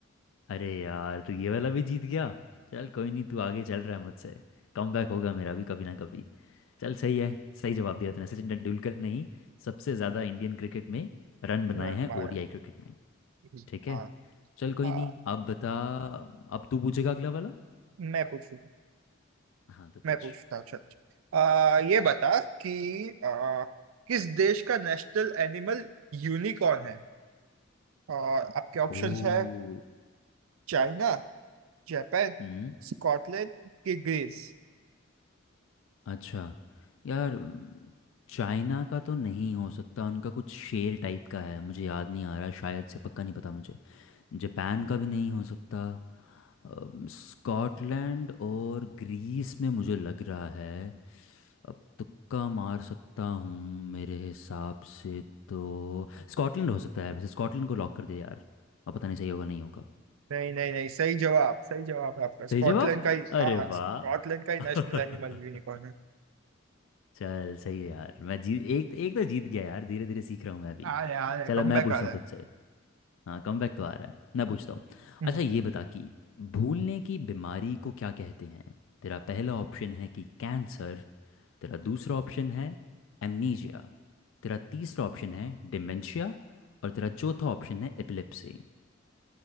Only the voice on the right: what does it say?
रन
मारा
है
हाँ
हाँ
मैं पूछू
मैं पूछता हूँ चल चल। आ, ये बता कि आ, किस देश का नेशनल एनिमल यूनिकॉर्न है और आपके ऑप्शंस
है चाइना जापान
स्कॉटलैंड की ग्रीस
नहीं नहीं नहीं सही जवाब सही जवाब है आपका स्कॉटलैंड
का ही हाँ
स्कॉटलैंड
का ही
नेशनल एनिमल यूनिकॉर्न है
आ रहा है आ रहा है
कम
बैक
आ रहा
है
हम्म,